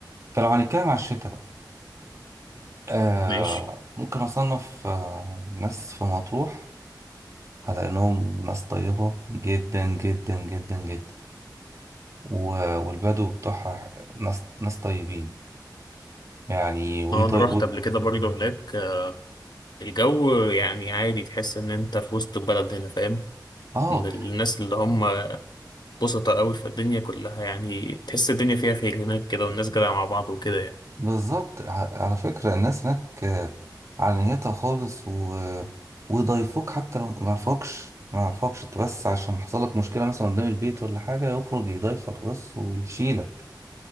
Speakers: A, on the right; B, on the left.
A: فلو هنتكلم على الشتاء بقى آه
B: ماشي
A: ممكن اصنف آه ناس في مطروح على انهم ناس طيبه جدا جدا جدا جدا و- والبدو بتوعها ناس ناس طيبين يعني ويطي...
B: اه أنا
A: و...
B: رحت قبل كده برضه هناك الجو يعني عادي تحس إن أنت في وسط البلد هنا فاهم
A: اه
B: من الناس اللي هم بسطة قوي في الدنيا كلها يعني تحس الدنيا فيها خير هناك كده والناس جدعة مع بعض وكده يعني
A: بالظبط ع- على فكرة الناس هناك آه، على نيتها خالص و... ويضايفوك حتى لو ما يعرفكش ما يعرفكش انت بس عشان حصل لك مشكلة مثلا قدام البيت ولا حاجة يخرج يضايفك بس ويشيلك